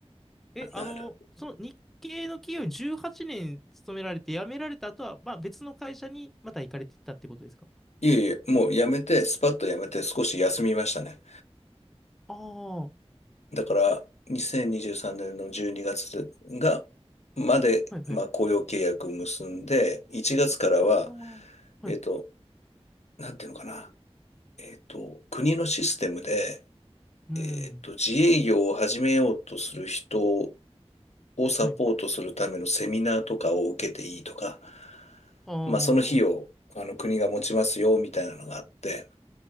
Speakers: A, in the centre; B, on the left.
A: え、あの、
B: なる。
A: その日系の企業に18年勤められて辞められた後は、まあ別の会社にまた行かれてたってことですか
B: いえいえ、もうやめて、スパッとやめて少し休みましたね。
A: ああ、は
B: だから、2023年の12月がつが、まで、
A: いはい。
B: まあ、雇用契約を結んで、1月からは、
A: ああ、はい。
B: えっと、なんていうのかな、えっと、国のシステムで、
A: うん、
B: えっと、自営業を始めようとする人をサポートするためのセミナーとかを受けていいとか、
A: はい。ああ、
B: まあ、その費用、あの、国が持ちますよ、みたいなのがあって、